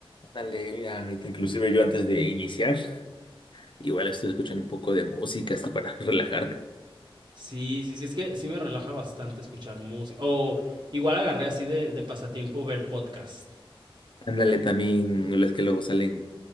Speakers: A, on the left; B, on the right.
A: Dale, mira, ahorita inclusive yo antes de iniciar, igual estoy escuchando un poco de música así para <laughs> relajarme. ¿no?
B: Sí, sí, sí, es que sí me relaja bastante escuchar música. O igual agarré así de, de pasatiempo ver podcast.
A: Ándale también los que luego salen